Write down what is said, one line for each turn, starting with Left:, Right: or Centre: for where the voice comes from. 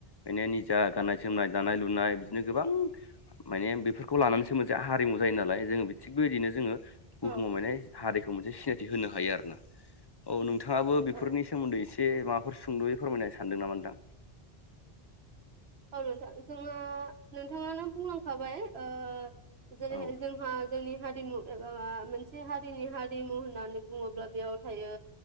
Left: माने निजा गाननाय जोमनाय दानाय लुनाय बिदिनो गोबां माने बेफोरखौ लानानैसो मोनसे हारिमु जायो नालाय जोङो थिग बेदिनो जोङो
Right: औ
Left: बुहुमाव माने हारिखौ मोनसे सिनायथि होनो हायो आरो ना औ नोंथाङाबो बेफोरनि
Right: औ औ
Left: सोमोनदै एसे माबाफोर सुंद'यै फोरमायनो सानदों नामा नोंथां
Right: औ नोंथां जोङो नोंथाङानो बुंलांखाबाय ओ जेरैहाय
Left: औ
Right: जों जोंनि हारिमु एबा मोनसे हारिनि हारिमु होननानै बुङोब्ला बेयाव थायो